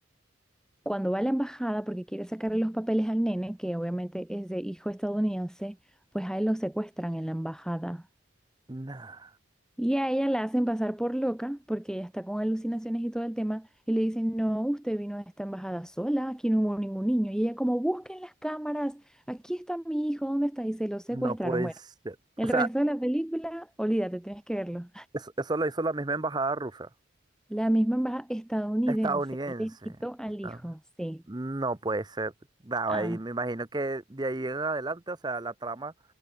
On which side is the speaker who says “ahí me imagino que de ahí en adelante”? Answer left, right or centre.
Right